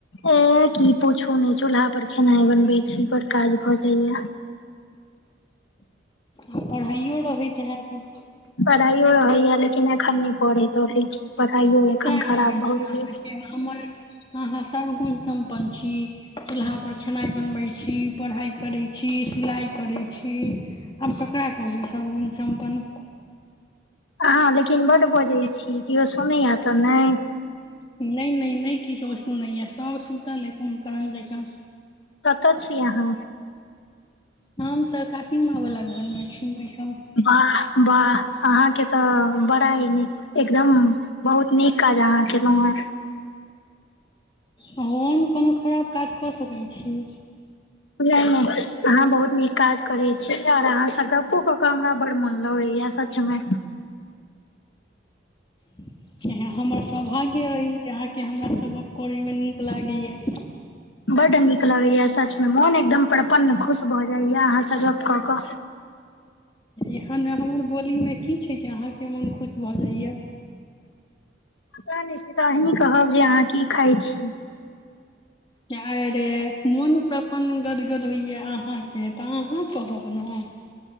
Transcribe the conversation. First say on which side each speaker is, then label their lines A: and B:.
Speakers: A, on the left (about 80°); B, on the left (about 25°).
A: ऊ की पूछू ने चूल्हा पर खेनाइ बनबे छी बड़ काज भ जाइया
B: आ पढ़ाइो रहैत है तऽ
A: पढ़ाइयो रहैया लेकिन एखन नहि पढ़ैत रहै छी पढ़ाइयो एखन
B: तें
A: खराब
B: कहै छी
A: भए गेले
B: ने अहाँके
A: अछि
B: हमर अहाँ सर्वगुण सम्पन्न छी चूल्हापर खेनाइ बनबै छी पढ़ाइ करैत छी सिलाइ करैत छी आब ककरा कहबै सर्वगून सम्पन्न
A: अहाँ लेकिन बड बजै छी केओ सुनैया तऽ नहि
B: नहि नहि नइ किछु सुनैय य सब सुतल य कुम्भ करण जेका
A: कतऽ छी अहाँ
B: हम तऽ काकी माँ वाला घरमे छी बैसब
A: वाह वाह अहाँके तऽ बड़ा नीक एकदम बहुत नीक काज अहाँ केलहु ह
B: हम कोनो खराब काज कऽ सकै छी
A: बझ नहि अहाँ बहुत नीक काज करै छी तेय दुआरे अहाँसँ गप्पो कऽ के हमरा बड्ड मोन लगैय य सब सच मे
B: <inaudible> हमर सौभाग्य अइ जे अहाँके हमरा सँ गप करयमे नीक लागैए य
A: बड्ड नीक लगैया सचमे मोन एकदम प्रपन्न खुश भऽ जाइया अहाँसँ गप कऽ कऽ
B: एहन ने हमर बोलीमे की छै जे अहाँके मोन खुश भऽ जाइ य
A: पता नहि से तऽ आही कहब जे अहाँ की खाइ छी
B: आरे मोन प्राप्त अपन गदगद होइया अहाँके तऽ अहाँ कहब न